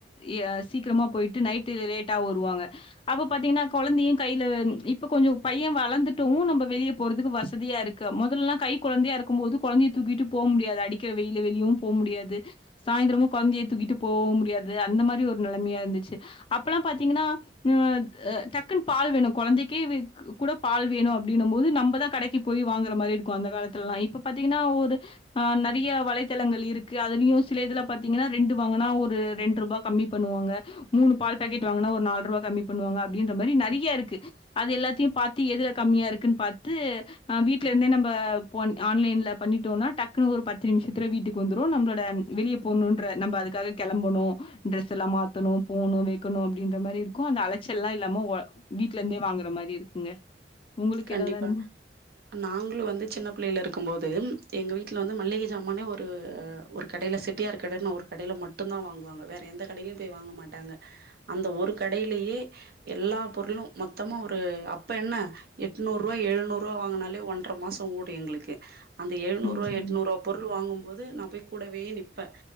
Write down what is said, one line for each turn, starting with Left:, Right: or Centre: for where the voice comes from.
Left: யா சீக்கிரமா போயிட்டு நைட் ட்டு லேட்டா வருவாங்க அப்ப பாத்தீங்கன்னா கொழந்தையும் கைல இப்ப கொஞ்சம் பையே வளந்துட்டுவு நம்ம வெளிய போறதுக்கு வசதியா இருக்கு முதல்லாம் கை கொழந்தையா இருக்கும்போது குழந்தைய தூக்கிட்டு போக முடியாது அடிக்கிற வெயில்ல வெளியவு போ முடியாது சாய்ந்திரமு கொழந்தைய தூக்கிட்டு போவவும் முடியாது அந்த மாதிரி ஒரு நெலமையா இருந்துச்சு அப்பல்லாம் பாத்தீங்கன்னா ந த டக்குன்னு பால் வேணும் குழந்தைக்கே கூட பால் வேணு அப்படின்னும் போது நம்ம தா கடக்கீ போய் வாங்குற மாதிரி இருக்கும் அந்த காலத்துல எல்லாம் இப்ப பாத்தீங்கன்னா ஒரு ஆ‌ நிறைய வலைதளங்கள் இருக்கு அதுலயும் சில இதுல பாத்தீங்கன்னா ரெண்டு வாங்கனா ஒரு ரெண்டு ரூபா கம்மி பண்ணுவாங்க மூணு பால் பா‌க்கெட் வாங்குனா ஒரு நால் ருவா கம்மி பண்ணுவாங்க அப்படின்ற மாரி நெறிய்யாருக்கு அத எல்லாத்தையும் பாத்து எதுல கம்மியா இருக்குன்னு பாத்து ஆ வீட்ல இருந்தே நம்ம போண் ஆன்லைன்ல பண்ணிட்டோம்னா டக்குன்னு ஒரு பத்து நிமிஷத்துல வீட்டுக்கு வந்துரும் நம்மளோட வெளிய போகணுன்ற நம்ம அதுக்காக கெளம்பணு டிரெஸ் எல்லா மாத்தணும் போகணும் வெக்கணும் அப்டின்ற மாதிரி‌ருக்கும் அந்த அலச்சல் எல்லாம் இல்லாம வீட்ல ருந்தே வாங்கற மாரி இருக்குங்க உங்களுக்கு
Right: கண்டிப்பா
Left: ஏதாவது அனுபவம்?
Right: நாங்களும் வந்து சின்ன பிள்ளைல இருக்கும் போது எங்க வீட்ல வந்து மள்ளிக ஜாமானே ஒரு ஒர் கடைல செட்டியார் கடன்னு ஒரு கடைல மட்டும் தா வாங்குவாங்க வேற எந்த கடையிலயும் போய் வாங்க மாட்டாங்க அந்த ஒரு கடையிலேயே எல்லா பொருளும் மொத்தமா ஒரு அப்ப என்ன எட்நூறு ரூவா எழ்நூறுவா வாங்குனாலே ஒன்டர மாசோ ஓடும் எங்களுக்கு அந்த எழ்நூறு
Left: ம்
Right: ரூவா
Left: சரிங்க.
Right: எட்நூறுவா பொருள் வாங்கும்போது நான் போய் கூடவே நிப்பே